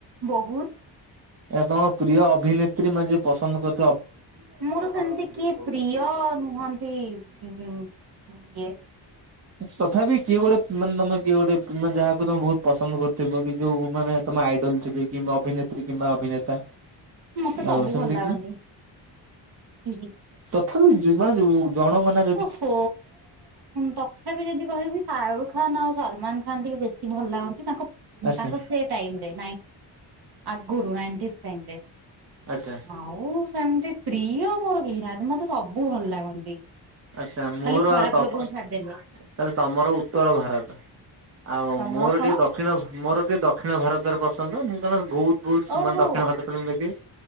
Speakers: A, on the right; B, on the right.
A: ବହୁତ।
B: ଏ ତମ ପ୍ରିୟ ଅଭିନେତ୍ରୀ, ମା ଯ ପସନ୍ଦ କରୁ
A: ମୋର ସେମିତି କିଏ ପ୍ରିୟ ନୁହନ୍ତି। ହୁଁ ହ <inaudible>
B: ତଥାପି କିଏ ଗୋଟେ ମାନେ, ତମେ କିଏ ଗୋଟୋନେ ଯାହାକୁ ତମେ ବହୁତ ପସନ୍ଦ କରୁଥିବ, କି ଯୋଉ ମାନେ ତମ ଆଇଡଲ ଥିବ କିମ୍ବା ଅଭିନେତ୍ରୀ କିମ୍ବା ଅଭିନେତା।
A: ମତେ ସବୁ
B: ଆଉ ସେମିତି
A: ଭଲ ଲାଗନ୍ତି
B: କିଏ?
A: ହ।
B: ଥିବ ଯେ ମାନେ ଜଣଙ୍କ ନା
A: ଓହୋ ତଥାପି ଯଦି କହିବି ସାରୁ ଖାଁ ଖନ୍ ଆଉ ସଲମାନ ଖାନ୍ ଟିକେ ବେଶୀ ଭଲ ଲାଗନ୍ତି। ତାଙ୍କ
B: ଆଚ୍ଛା।
A: ତାଙ୍କ ସେ ଟାଇମ ରେ, ଆଗରୁ ନାଇଣ୍ଟିନଟାଇମ ରେ
B: ଆଚ୍ଛା।
A: ଆଉ ସେମିତି ପ୍ରିୟ ମୋର କେହି ନାହାନ୍ତି। ମତେ ସବୁ ଭଲ ଲାଗନ୍ତି।
B: ଆଚ୍ଛା ମୋର
A: ଖାଲି ଖରାପ
B: ତ
A: ଲୋକଙ୍କୁ
B: ତାହେଲେ
A: ଛାଡିଦେଲେ
B: ତମର ଉତ୍ତର ଭାରତ। ଆଉ
A: ତମର
B: ମୋର
A: କଣ?
B: ଟିକେ ଦକ୍ଷିଣ ଭାରତ। ଦକ୍ଷିଣ ମୋର ଟିକଏ ଦକ୍ଷିଣ ଭାରତରେ ପସନ୍ଦ। ମୁଁ କାରଣ ବହୁତ
A: ଓହୋ
B: <unintelligible>